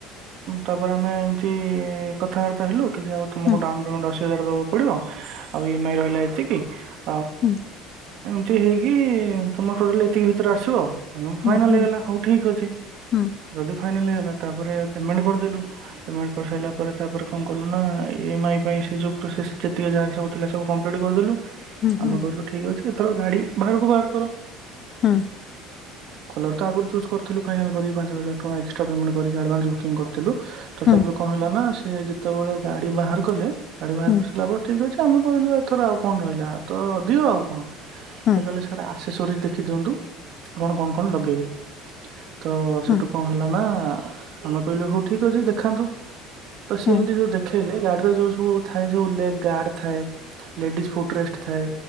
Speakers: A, on the right (about 50°); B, on the left (about 35°).
A: ତାପରେ ଆମେ ଏମିତି କଥାବାର୍ତ୍ତା ହେଲୁ। ଆଉ ତମକୁ
B: ହୁଁ
A: ଡାଉନ୍ ପେମେଣ୍ଟ୍ ଅସି ହଜାର ଦେବାକୁ ପଡ଼ିବ ଆଉ ଇ ଏମ୍ ଆଇ ରହିଲା ଏତିକ୍ ହଁ
B: ହୁଁ
A: ହେଇକି ତମର ଟୋଟାଲ୍ ଏତିକି <unintelligible> ଆସିବ ଆମ
B: ହୁଁ
A: ଫାଇନାଲ୍
B: ହୁଁ
A: ହେଇଗଲା ହଉ ଠିକ ଅଛି
B: ହୁଁ
A: ଯଦି ଫାଇନାଲ୍ ହେଇଗଲା ତାପରେ ପେମେଣ୍ଟ୍ କରିଦେଲୁ ପେମେଣ୍ଟ୍ କରିସାରିଲା ପରେ ତାପରେ କଣ କଲୁ ନା ଇ ଏମ୍ ଆଇ ପାଇଁ ସେ ଯେଉଁ ପ୍ରୋସେସ୍ ଯେତିକି ଯାହା ସବୁ ଥିଲା ସବୁ କମ୍ପ୍ଲିଟ୍ କରିଦେଲୁ
B: ହୁଁ ହୁଁ ହୁଁ ହୁଁ
A: ଆମେ
B: ହୁଁ
A: କହିଲୁ ଠିକ ଅଛି ଏଥର ଗାଡ଼ି ବାହାରକୁ ବାହାର କର
B: ହଁ
A: କଲର ତ ଆଗରୁ ଚୁସ୍ କରିଥିଲୁ ଫାଇନାଲ କରିକ ପାଞ୍ଚ ହଜାର ଟଙ୍କା ଏକ୍ସଟ୍ରା ପେମେଣ୍ଟ୍ ଆଡଭାନ୍ସ ବୁକିଂ କରିଥିଲୁ ତ
B: ହୁଁ
A: ତାପରେ କଣ ହେଲା ନା ସେ ଯେ ସେତେବେଳେ ଗାଡ଼ି ବାହାର କଲେ ଗାଡ଼ି ବାହାର
B: ହୁଁ
A: କରିସାରିଲାପରେ ଠିକ୍ଅଛି ଆମେ କହିଲୁ ଏଥର ଆଉ କଣ ରହିଲା ତ ଦିଅ ଆଉ କଣ
B: ହୁଁ ହୁଁ
A: ସେ କଲେ ସାରା ସେ ସୋରି ଦେଖିଦିଅନ୍ତୁ ଆପଣ କଣ କଣ ଲଗେଇବେ ତ ସେଠୁ
B: ହୁଁ
A: କଣ ହେଲା ନା ଆମେ କହିଲୁ ହଉ ଠିକ ଅଛି ଦେଖାନ୍ତୁ ତ ସିଏ
B: ହୁଁ
A: ଏମିତି ଯୋଉ ଦେଖେଇଲେ ଗାଡ଼ି ର ଯୋଉ ସବୁ ଥାଏ ସବୁ ଲେଗ୍ ଗାର୍ଡ଼ ଥାଏ। ଲେଡ଼ିଜ୍ ଫୁଟ୍ ରେଷ୍ଟ ଥାଏ।